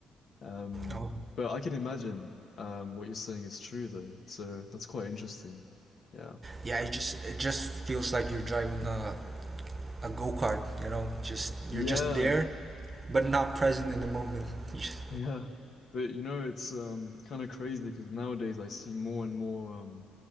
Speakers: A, on the left; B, on the right.
A: Um,
B: Oh.
A: but I can imagine um, what you're saying is true though. So that's quite interesting. Yeah.
B: Yeah, it just it just feels like you're driving a a go-kart, you know. Just
A: Yeah.
B: you're just there, but not present in the moment. <laughs> You just-
A: Yeah. But you know, it's um, kind of crazy because nowadays I see more and more um,